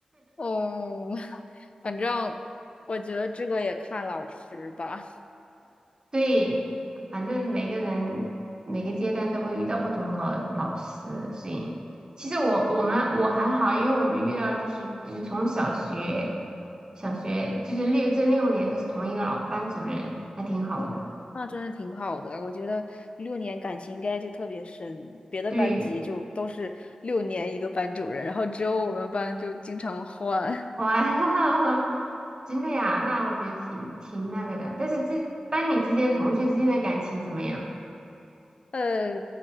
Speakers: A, on the left; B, on the right.
A: 哦，反正我觉得这个也看老师吧。
B: 对，反正每个人每个阶段都会遇到不同老老师，所以其实我我们我还好，因为我们遇到就是就是从小学小学就是六这六年都是同一个老班主任，还挺好的。
A: 哦那真是挺好的，我觉得六年感情应该就特别深，别的班级就都是六年一个班主任，
B: 对，
A: 然后只有我们班就经常换。
B: 哇，<laughs> 真的呀，那我觉得挺挺那个的。但是这班里之间同学之间的感情怎么样？
A: 呃，